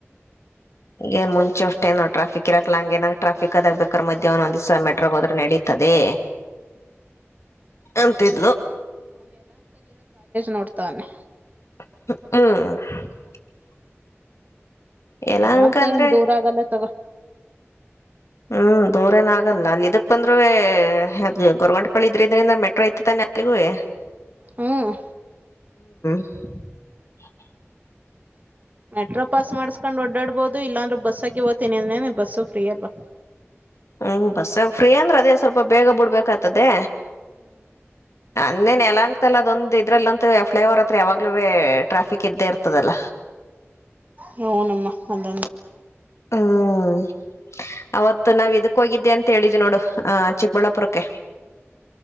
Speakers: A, on the left; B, on the right.
A: ಏನ್ ಮುಂಚೆ ಅಷ್ಟೇನು ಟ್ರಾಫಿಕ್ ಇರಕ್ಲ ಹಂಗ ಏನಾದಾರು ಟ್ರಾಫಿಕ್ ಅದಾಗ <inaudible> ಮದ್ಯಾಹ್ನ ಒಂದ್ ದಿವ್ಸ ಮೆಟ್ರೋಗೆ ಹೋದ್ರೆ ನಡೀತದೆ. ಅಂತಿದ್ಲು.
B: ನೋಡ್ತಾವ್ನೆ.
A: ಹ್ಮ್ ಯಲಹಂಕ
B: ಯಲಹಾಂಕ
A: ಅಂದ್ರೆ
B: ಏನ್ ದೂರ ಆಗಲ್ಲ ತೊಗೊ.
A: ಹ್ಮ್ ದೂರ ಏನ ಆಗಲ್ಲ ಅಲ್ಲಿ ಇದಕ್ ಬಂದ್ರುವೆ ಅಲ್ಲಿ ಗೋರ್ವಂಟ್ ಪಳ್ಳಿ ಇದ್ರ ಇದ್ರಿಂದ ಮೆಟ್ರೋ ಇತ್ತು ತಾನೆ ಅಲ್ಲಿ <unintelligible>
B: ಹ್ಮ್
A: <unintelligible>
B: ಮೆಟ್ರೋ ಪಾಸ್ ಮಾಡಸ್ಕೊಂಡ್ ಓಡಾಡ್ಬಹುದು ಇಲ್ಲಾಂದ್ರೆ ಬಸ್ಸಗಿ ಹೋತಿನಿ ಅಂದ್ರನೇ <unintelligible>
A: ಹ್ಮ್ ಬಸ್ಸಾಗ ಫ್ರೀ ಅಂದ್ರೆ ಅದೇ ಸ್ವಲ್ಪ ಬೇಗ ಬಿಡ್ಬೇಕು. ತದೆೇ ಅಂದೇ ನೆಲ ಯಲಹಂಕ ಅದೊಂದು. ಇದ್ರಲ್ಲಂತೂ ಫ್ಲೈ ಅವವರ್ ಹತ್ರ ಯಾವಾಗ್ಲೂ ಟ್ರಾಫಿಕ್ ಇದ್ದೇ ಇರ್ತದಲ್ಲ.
B: ಹಊನಮ್ಮ ಅದೊಂದು.
A: ಹ್ಮ್ ಅವತ್ತು ನಾವಿದ. ಹೋಗಿದ್ದೆ ಅಂತ ಹೇಳಿದ್ ನೋಡು ಆ ಚಿಕ್ಕಬಳ್ಳಾಪುರಕ್ಕೆ.